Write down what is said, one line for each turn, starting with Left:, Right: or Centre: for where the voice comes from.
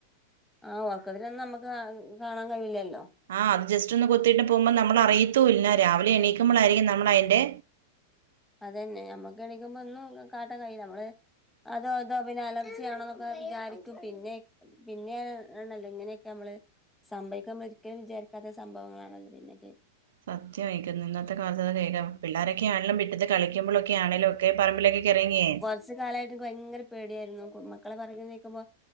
Centre: ആഹ് ഒർക്കത്തിലൊന്നും നമ്മക്ക് കാ കാണാ കഴിയില്ലല്ലോ
Right: ആഹ് അത് ജസ്റ്റ്‌ ഒന്ന് കൊത്തീട്ട് പോവുമ്പൊ നമ്മള് അറിയത്തുംല്ല രാവിലെ എണീക്കുമ്പളായിരിക്കും നമ്മള് അയിന്റെ
Centre: അതന്നെ ഞമ്മക്ക് എണീക്കുമ്പൊ ഒന്നും കാട്ടാ കയ്യൂല ഞമ്മള് അതോ ഇതോ പിന്നെ അലർജി ആണോന്നൊക്കെ വിചാരിക്കും പിന്നെ പിന്നെ ആണല്ലോ ഇങ്ങനെയൊക്കെ യമ്മള് സംഭവിക്കാ ഒരിക്കലും വിചാരിക്കാത്ത സംഭവങ്ങളാണല്ലോ പിന്നെ കേ
Right: സത്യം ആയിട്ടും ഇന്നത്തെ കാലത്ത് <unintelligible> പിള്ളോരൊക്കെ ആണെങ്കിലും മുറ്റത്ത് കളിക്കുമ്പോഴൊക്കെ ആണേലൊക്കെ പറമ്പിലൊക്കെ കേറി ഇറങ്ങിയേ
Centre: കുറച്ച് കാലമായിട്ടും ഭയങ്കര പേടിയായിരുന്നു മക്കള് പറഞ്ഞ് അയക്കുമ്പോൾ